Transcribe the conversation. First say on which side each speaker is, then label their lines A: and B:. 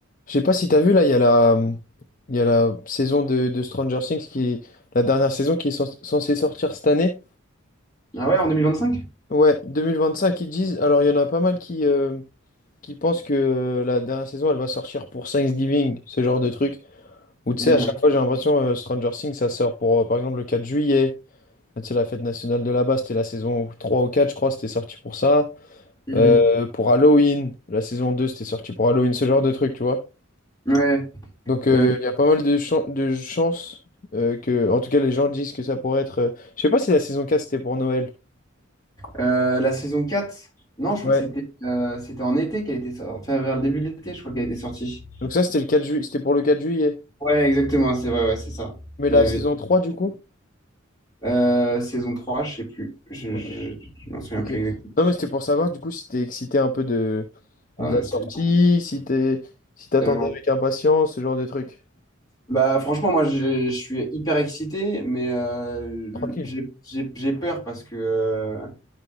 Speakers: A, on the left (about 40°); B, on the left (about 20°).
A: Je sais pas si t'as vu là, il y a la, il y a la saison de, de Stranger Things qui, la dernière saison qui est cens- censée sortir cette année.
B: Ah ouais, en 2025?
A: Ouais, 2025 ils disent. Alors il y en a pas mal qui, euh, qui pensent que euh, la dernière saison elle va sortir pour Thanksgiving, ce genre de truc. Ou tu
B: Mmh,
A: sais, à chaque fois j'ai l'impression euh, Stranger Things ça sort pour euh, par exemple le 4 juillet. C'est la fête nationale de là-bas, c'était la saison 3 ou 4 je crois, c'était sorti pour ça.
B: mmh.
A: Mm. Euh, pour Halloween, la saison 2 c'était sorti pour Halloween, ce genre de truc, tu vois.
B: Ouais.
A: Donc euh,
B: Euh,
A: il y a pas mal de, chan- de chances euh, que, en tout cas, les gens disent que ça pourrait être. euh, Je sais pas si la saison quatre c'était pour Noël.
B: euh, la saison 4 non, je crois
A: Ouais.
B: que c'était euh, c'était en été qu'elle était sortie. Enfin, vers le début de l'été, je crois qu'elle était sortie.
A: Donc ça c'était le 4 juillet, c'était pour le 4 juillet.
B: Ouais, exactement, c'est vrai, ouais, c'est ça.
A: Mais
B: Il
A: la
B: y avait.
A: saison trois du coup?
B: Euh, saison 3 je sais plus. Je,
A: Ok.
B: je, je m'en souviens
A: Ok.
B: plus exactement.
A: Non mais c'était pour savoir du coup si t'es excité un peu de,
B: Ah,
A: de la sortie,
B: tellement.
A: si t'es si t'attendais
B: tellement.
A: avec impatience, ce genre de trucs.
B: Bah, franchement, moi, je, je suis hyper excité, mais euh,
A: Tranquille.
B: j'ai j'ai- j'ai peur parce que. euh,